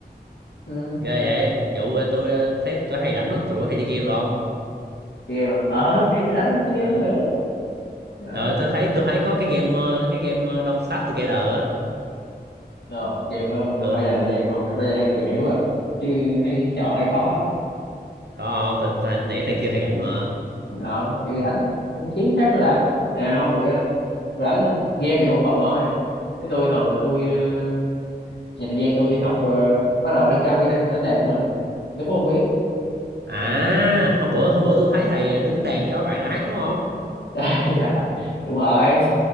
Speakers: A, on the left (about 85°); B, on the right (about 75°).
A: ừ.
B: ghê vậy vụ ờ, tôi ờ, thấy tôi hay rảnh quá, tôi rủ hay chơi game được không
A: chơi game à? ờ thì rảnh thì chơi
B: đó
A: game cũng được đó
B: rồi tôi thấy tôi thấy có cái game ờ, cái game ờ, Don't Starve Together á
A: ờ, game nó
B: ừ.
A: phải dành thời gian học phải phải dành thời gian tìm hiểu à chứ hay chọn hay khó
B: có không tại, tại nãy thầy kêu thầy rảnh mà
A: ờ thì rảnh thì kiếm khác để làm à, không được á, rảnh game này một phần thôi chứ tôi thường là tôi ờ, dành thời gian tôi học ờ, bắt đầu nâng cao kỹ năng đánh đàn của mình nếu Phú không biết
B: à
A: ừ.
B: hôm bữa hôm bữa tôi thấy thầy ờ, đứng đàn cho bạn nào hát đúng không
A: <laughs> dạ, đúng rồi